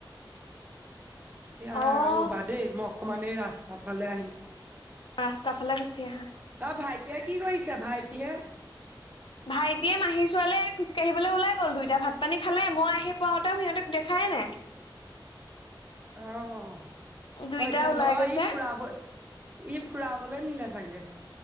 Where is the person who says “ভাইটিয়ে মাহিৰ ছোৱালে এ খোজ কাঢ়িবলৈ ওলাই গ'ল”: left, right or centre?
Left